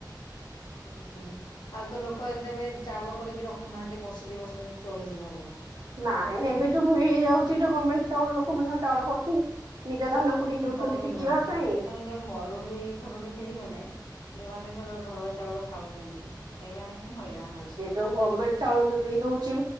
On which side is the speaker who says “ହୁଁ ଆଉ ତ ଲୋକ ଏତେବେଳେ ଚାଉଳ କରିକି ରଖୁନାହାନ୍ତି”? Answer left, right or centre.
Left